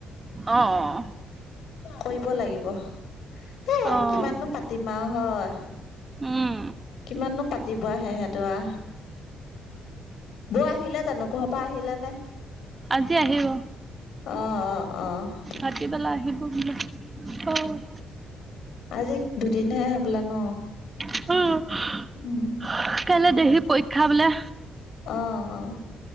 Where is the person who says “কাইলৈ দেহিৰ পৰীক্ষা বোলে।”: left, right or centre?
Right